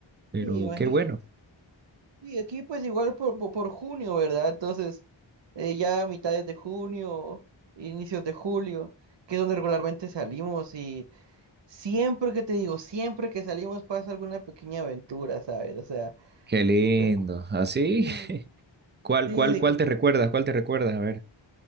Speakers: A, on the right (about 25°); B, on the right (about 60°).
A: Pero
B: Sí, imagino.
A: qué bueno,
B: Y aquí pues igual por, por, por junio, ¿verdad? Entonces, eh, ya a mitades de junio, inicios de julio, que es donde regularmente salimos y siempre que te digo, siempre que salimos pasa alguna pequeña aventura, ¿sabes? O sea,
A: qué lindo.
B: recu-
A: ¿Así?
B: sí,
A: <laughs> ¿Cuál,
B: sí,
A: cuál,
B: de
A: cuál
B: que...
A: te recuerdas? ¿Cuál te recuerdas? A ver.